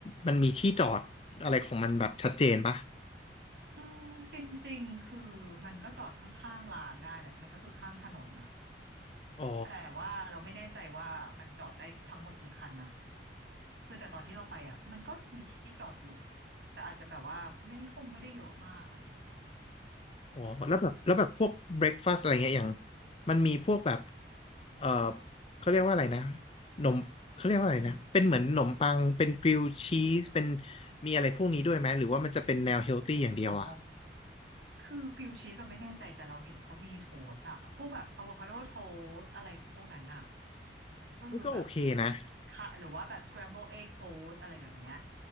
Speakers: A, on the left (about 30°); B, on the right (about 75°).
A: มันมีที่จอดอะไรของมันแบบชัดเจนปะ
B: อืมจริงๆคือมันก็จอดข้างๆร้านได้แหละมันก็คือข้างถนนนะ
A: อ๋อ
B: แต่ว่าเราไม่แน่ใจว่ามันจอดได้ทั้งหมดกี่คันนะ คือแต่ตอนที่เราไปอ่ะมันก็มีที่จอดอยู่แต่อาจจะแบบว่าไม่คงไม่ได้เยอะมากอะไรอย่างเงี้ย
A: อ๋อแล้วแบบแล้วแบบพวกเบรคฟาสต์อะไรเงี้ยอย่างมันมีพวกแบบเออเขาเรียกว่าอะไรนะหนมเขาเรียกว่าอะไรนะเป็นเหมือนหนมปังเป็นกริลชีสเป็น
B: อืม
A: มีอะไรพวกนี้ด้วยไหมหรือว่ามันจะเป็นแนวเฮลตี้อย่างเดียวอ่ะ
B: โอ้อ๋อคือกริลด์ชีสเราไม่แน่ใจแต่เราเห็นเขามีโทสอะพวกแบบอะโวคาโดโทสอะไรพวกนั้นอะก็คือแบบ
A: มันก็โอเคนะ
B: ค่ะหรือว่าแบบสครัมเบิลเอ็กโทสอะไรแบบเนี้ย